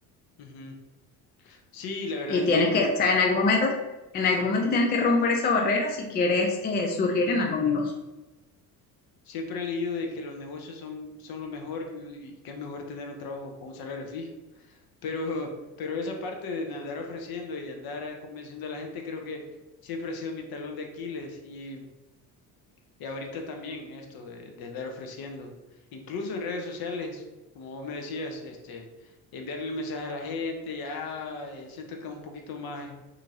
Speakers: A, on the left; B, on the left.
A: ujú. Sí, la verdad
B: Y
A: es
B: tienes
A: que
B: que, o sea, en algún momento, en algún
A: ajá,
B: momento tienes que romper esa barrera si quieres eh, surgir en algún negocio.
A: siempre he leído de que los negocios son, son lo mejor y que es mejor tener un trabajo con un salario fijo. Pero, <laughs> pero esa parte de andar ofreciendo y andar eh, convenciendo a la gente, creo que siempre ha sido mi talón de Aquiles y, y ahorita también esto de, de andar ofreciendo. Incluso en redes sociales, como vos me decías, este, enviarle mensaje a la gente, ya eh, siento que es un poquito más